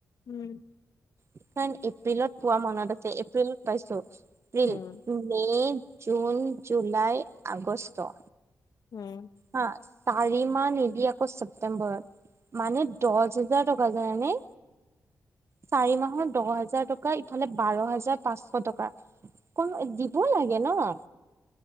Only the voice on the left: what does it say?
উম।
উম,
হুম।